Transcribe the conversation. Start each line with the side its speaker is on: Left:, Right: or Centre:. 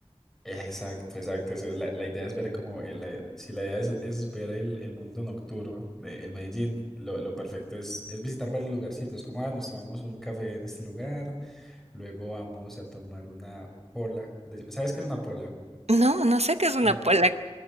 Centre: Exacto, exacto. esa es La, la idea es ver como, el- la- si la idea es, es ver el, el mundo nocturno, de, el Medellín, lo, lo perfecto es, es visitar varios lugarcitos, como, ah, nos tomamos un café en este lugar, luego vamos a tomar una pola. de- ¿sabes qué es una pola?
Right: No, no sé qué es una
Centre: Ah,
Right: polaca.
Centre: ah,